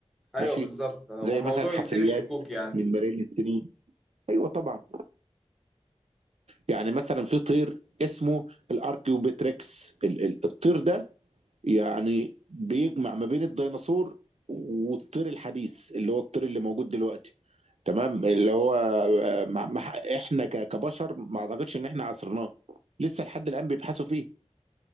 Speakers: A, in the centre; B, on the right.
A: أيوه
B: ماشي
A: بالظبط هو
B: زي
A: موضوع
B: مثلا حفريات
A: يثير الشكوك يعني
B: من ملايين السنين أيوه طبعا يعني مثلا في طير اسمه الأركيوبتريكس ال... ال... الطير ده يعني بيجمع ما بين الديناصور والطير الحديث اللي هو الطير اللي موجود دلوقتي تمام اللي هو آه، مع مع احنا ك- كبشر ما اعتقدش ان احنا عصرناه لسه لحد الان بيبحثوا فيه